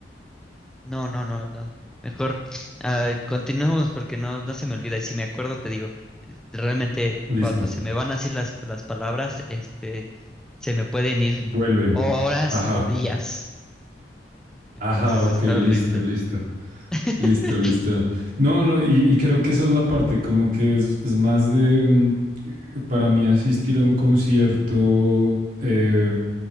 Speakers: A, in the centre; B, on the right.
A: No, no, no, no. Mejor ah, continuemos porque no, no se me olvida. Y si me acuerdo, te digo, eh, realmente
B: Listo.
A: cuando se me van así las, las palabras, este, se me pueden ir
B: Vuelven.
A: horas
B: Ajá.
A: o días. Entonces
B: Ajá, ok,
A: está
B: listo,
A: horrible.
B: listo.
A: <laughs>
B: Listo, listo. No, no, y, y creo que esa es la parte, como que es, es más de, mm, eh, para mí asistir a un concierto, eh,